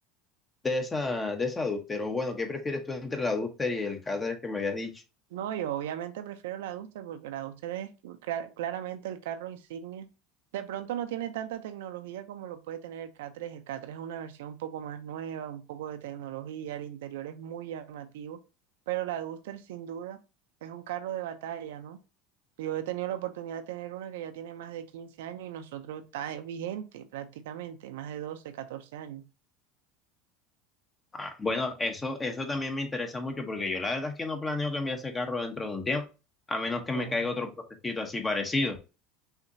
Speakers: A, on the left; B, on the right.
A: de esa, de esa adúltero. Bueno, ¿qué prefieres tú entre la adúltera y el cáter que me habías dicho?
B: No, yo obviamente prefiero la Duster porque la Duster es cla- claramente el carro insignia. De pronto no tiene tanta tecnología como lo puede tener el K3. El K3 es una versión un poco más nueva, un poco de tecnología, el interior es muy llamativo, pero la Duster sin duda es un carro de batalla, ¿no? Yo he tenido la oportunidad de tener una que ya tiene más de 15 años y nosotros está vigente prácticamente, más de 12, 14 años.
A: Ah, bueno, eso, eso también me interesa mucho porque yo la verdad es que no planeo cambiar ese carro dentro de un tiempo, a menos que me
B: Bueno,
A: caiga otro procesito así parecido.